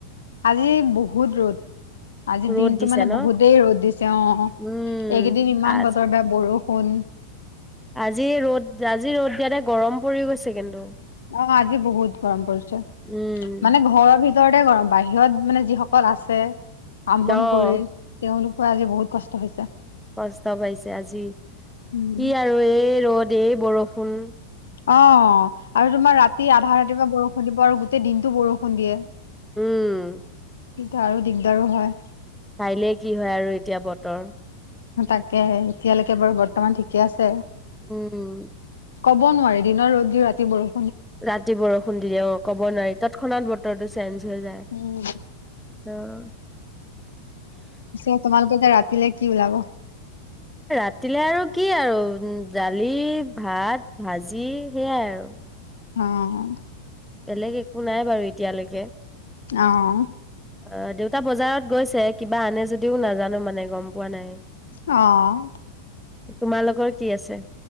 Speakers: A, on the left (about 65°); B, in the centre.
A: আজি বহুত ৰ'দ। আজি
B: ৰ'দ
A: দিনটো
B: দিছে
A: মানে
B: ন?
A: বহুতেই ৰ'দ দিছে অ'
B: উম
A: এইকেইদিন ইমান
B: আজ
A: বতৰ বেয়া ব ষুণ।
B: আজি ৰ'দ, আজি ৰ'দ দিয়াতে গৰম পৰি গৈছে কিন্তু।
A: অ' আজি বহুত গৰম পৰিছে
B: উম
A: মানে ঘৰৰ ভিতৰ তৰতে গৰম, বাহিৰত মানে যিসকল আছে কাম
B: অহ
A: বন কৰি তেওঁলোকৰ আজি বহুত কষ্ট হৈছে।
B: কষ্ট পাইছে আজি,
A: উম
B: কি আৰু এই ৰ'দ, এই বৰষুণ।
A: অ' আৰু তোমাৰ ৰাতি আধা ৰাতিৰপা বৰষুণ দিব আৰু গোটেই দিনটো বৰষুণ দিয়ে।
B: উম।
A: তেতিয়া আৰু দিগদাৰো হয়।
B: কাইলে কি হয় আৰু এতিয়া বতৰ।
A: তাকে, এতিয়ালৈকে বাৰু বৰ্তমান ঠিকে আছে।
B: উম।
A: ক'ব নোৱাৰি দিনৰ ৰ'দ দি ৰাতি বৰ
B: ৰাতি বৰষুণ দি দিয়ে অ' ক'ব নোৱাৰি, তৎক্ষণাত বতৰটো চেঞ্জ হৈ যায়।
A: উম
B: অ'।
A: পিছে তোমালোকে এতিয়া ৰাতিলে কি ওলাব?
B: ৰাতিলে আৰু কি আৰু উ, দালি, ভাত, ভাজি সেয়াই আৰু।
A: অ'।
B: বেলেগ একো নাই বাৰু এতিয়ালৈকে।
A: অ'।
B: অ' দেউতা বজাৰত গৈছে, কিবা আনে যদিও নাজানো মানে গম পোৱা নাই।
A: অ'।
B: তোমালোকৰ কি আছে?